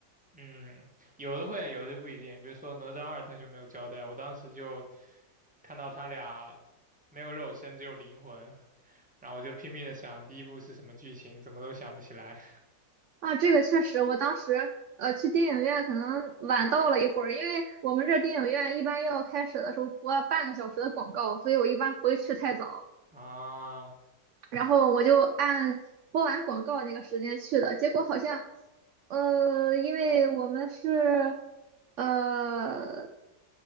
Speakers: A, in the centre; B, on the right.
A: 嗯，有的会，有的不一定。比如说哪吒二，他就没有交代，我当时就看到他俩没有肉身，只有灵魂，然后我就拼命的想第一部是什么剧情，怎么都想不起来。
B: 啊，这个确实，我当时呃去电影院可能晚到了一会儿，因为我们这电影院一般要开始的时候播半个小时的广告，所以我一般不会去太早。
A: 啊，
B: 然后我就按播完广告那个时间去的，结果好像，呃，因为我们是呃